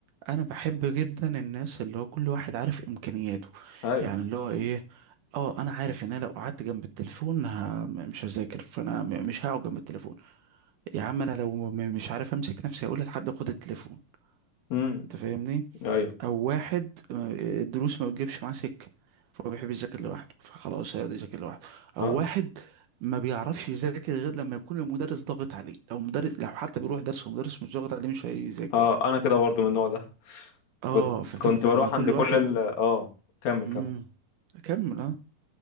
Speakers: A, on the right; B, on the left.
A: انا بحب جدا الناس اللي هو كل واحد عارف امكانياته
B: ايوه
A: يعني اللي هو ايه اه انا عارف ان انا لو قعدت جنب التليفون ه... مش هذاكر فانا م- مش هقعد جنب التليفون يا عم انا لو م... مش عارف امسك نفسي اقول لحد خد التليفون
B: امم
A: انت فاهمني
B: ايوه
A: او واحد ما- الدروس ما بتجيبش معاه سكه فهو بيحب يذاكر لوحده فخلاص هيقعد يذاكر لوحده او
B: اه
A: واحد ما بيعرفش يذاكر غير لما يكون المدرس ضاغط عليه لو مدرس لو حتى بيروح درس ومدرس مش ضاغط عليه مش هيذاكر
B: اه انا كده برضو من النوع ده
A: اه
B: كنت
A: ففكره
B: كنت بروح
A: ان كل
B: عند كل
A: واحد
B: ال اه كمل
A: امم
B: كمل
A: اكمل اه